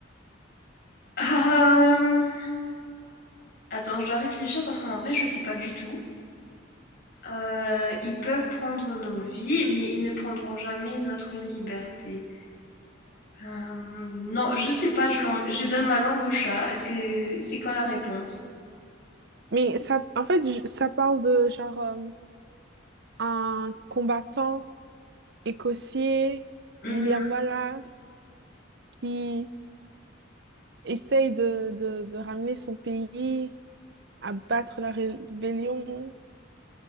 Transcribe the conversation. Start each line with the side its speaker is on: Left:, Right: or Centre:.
Left: Hem, attends, je dois réfléchir parce qu'en vrai, je sais pas du tout. Euh, ils peuvent prendre nos vies, mais ils ne prendront jamais notre liberté. Hum, non, je ne sais pas, je, lan- je donne ma langue au chat. Est-ce que c'est quoi la réponse?
Right: Mais ça, en fait, je- ça parle de genre euh, un combattant écossais,
Left: Hum,
Right: William Wallace, qui essaye de, de, de ramener son pays à battre la rébellion.